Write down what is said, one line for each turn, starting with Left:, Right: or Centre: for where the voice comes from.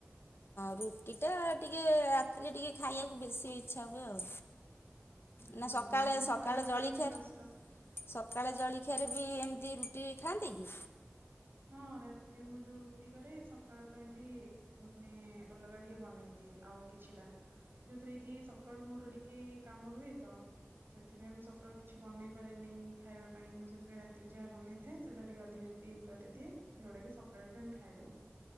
Left: ରୁଟି ଟା ଟିକେ ରାତିରେ ଟିକେ ଖାଇଆକୁ ବେଶୀ ଇଚ୍ଛା ହୁଏ ଆଉ।
Right: ହଁ
Left: ନା, ସକାଳେ
Right: କିନ୍ତୁ
Left: ସକାଳେ
Right: କରିବା
Left: ଜଳଖିଆ
Right: ପାଇଁ କଷ୍ଟ।
Left: ର୍ ସକାଳେ ଜଳଖିଆରେ ବି ଏମିତି ରୁଟି ଖାଆନ୍ତି କି?
Right: ହଁ, ରାତିରେ ମୁଁ ଯୋଉ ରୁଟି କରେ, ସକାଳ ପାଇଁ ବି ମାନେ ଅଲଗା ଟିକେ ବନେଇଦିଏ, ଆଉ କିଛି ଟା। ଯେଉଁଥିରେ କି ସକାଳୁ ମୋର ଟିକେ କାମ ରୁହେ ତ! ସେଥିପାଇଁ ମୁଁ ସକାଳୁ କିଛି ବନେଇ ପାରେନି ଖାଇବା ପାଇଁ। ମୁଁ ସେଥିପାଇଁ ରାତିରେ ଯାହା ବନେଇ ଥାଏ, ସେଇଟା ଟିକେ ଅଧିକ କି କି କରିଦିଏ। ଯୋଉଟା କିି ସକାଳେ ବି ଆମେ ଖାଇଦଉ।